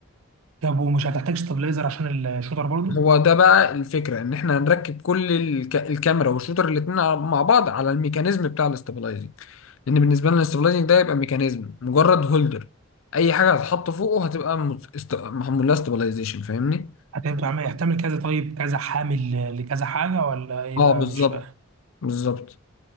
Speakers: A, on the right (about 85°); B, on the left (about 70°).
A: طب ومش هتحتاج استابلايزر عشان الشوتر برضه
B: هو ده بقى الفكرة ان احنا هنركب كل الك... الكاميرا والشوتر الاتنين ع- مع بعض على الميكانيزم بتاع الاستابلايزنج لان بالنسبة لنا الاستابلايزنج ده يبقى ميكانيزم مجرد هولدر اي حاجة هتتحط فوقه هتبقى مت- است... محمول لها استابلايزيشن فاهمني؟
A: هتبقى عامل- هتعمل كذا طيب كذا حامل لكذا حاجه ولا ايه
B: اه
A: بقى
B: بالظبط
A: مش فاهم
B: بالظبط